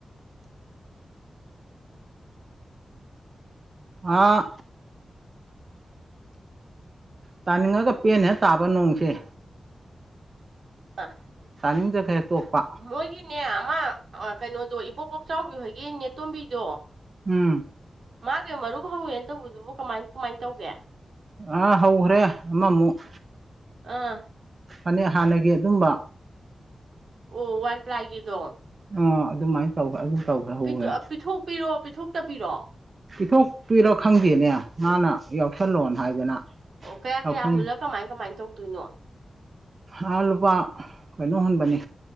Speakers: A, on the right; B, on the right.
A: ꯑꯥ ꯇꯥꯅꯤꯡ ꯉꯒ ꯄꯦꯟ ꯍꯦꯛ ꯇꯥꯕ ꯅꯣꯡꯁꯦ
B: ꯑ
A: ꯇꯥꯅꯤꯡꯗ꯭ꯔꯒ ꯍꯦꯛ ꯇꯣꯛꯄ
B: ꯃꯣꯏꯒꯤꯅꯦ ꯑꯃ ꯀꯩꯅꯣꯗꯣ ꯏꯕꯣꯛ ꯀꯥꯛꯆꯥꯎꯕꯤ ꯍꯣꯏꯒꯤ ꯅꯦꯇꯣꯝꯕꯤ ꯀꯣ
A: ꯎꯝ
B: ꯃꯥꯒꯦ ꯃꯔꯕꯥꯕ ꯌꯦꯟ ꯇꯧꯕꯗꯨ ꯀꯃꯥꯏ ꯀꯃꯥꯏ ꯅ ꯇꯧꯒꯦ
A: ꯑꯥ ꯍꯧꯈ꯭ꯔꯦ ꯑꯃꯃꯨꯛ
B: ꯑꯥ
A: ꯐꯅꯦꯛ ꯍꯥꯟꯅꯒꯤ ꯑꯗꯨꯝꯕ
B: ꯑꯣ ꯋꯥꯟ ꯄ꯭ꯂꯥꯏꯒꯤꯗꯣ
A: ꯑ ꯑꯗꯨꯃꯥꯏꯅ ꯇꯧꯕ ꯑꯗꯨ ꯇꯧꯈ꯭ꯔꯦ ꯍꯧꯈ꯭ꯔꯦ
B: ꯄꯤꯊꯣꯛꯄꯤꯔꯣ ꯄꯤꯊꯣꯛ ꯇꯕꯤꯔꯣꯑꯣ
A: ꯄꯊꯣꯛꯇꯨꯏꯔꯣ ꯈꯪꯗꯦꯅꯦ ꯃꯥꯅ ꯌꯥꯎꯁꯜꯂꯣꯅ ꯍꯥꯏꯗꯅ
B: ꯑꯣ ꯀꯌꯥ
A: ꯌꯥꯎꯁꯟ
B: ꯀꯌꯥ ꯍꯨꯜꯂ ꯀꯃꯥꯏ ꯀꯃꯥꯏ ꯇꯧꯗꯣꯏꯅꯣ
A: ꯑꯥ ꯂꯨꯄꯥ ꯀꯩꯅꯣ ꯍꯨꯟꯕꯅꯦ